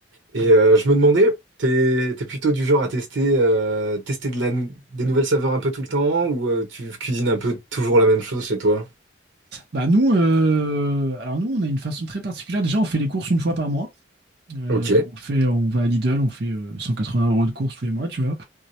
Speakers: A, on the right; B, on the right.
A: Et euh, je me demandais, t'es, t'es plutôt du genre à tester, euh, tester de la nou- des nouvelles saveurs un peu tout le temps, ou euh, tu cuisines un peu toujours la même chose chez toi?
B: Bah nous, euh, alors nous, on a une façon très particulière. Déjà, on fait les courses une fois par mois. Euh,
A: Ok.
B: on fait, on va à Lidl, on fait euh, 180 euros de courses tous les mois, tu vois.